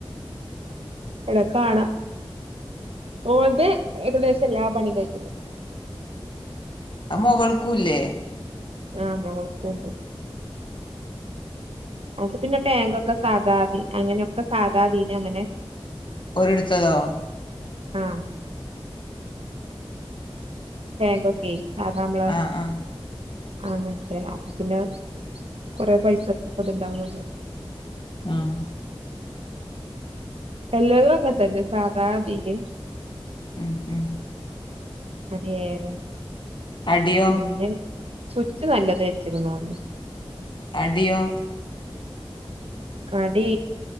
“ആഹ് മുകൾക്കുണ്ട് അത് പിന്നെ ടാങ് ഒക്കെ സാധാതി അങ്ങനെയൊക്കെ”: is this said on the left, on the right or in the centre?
Right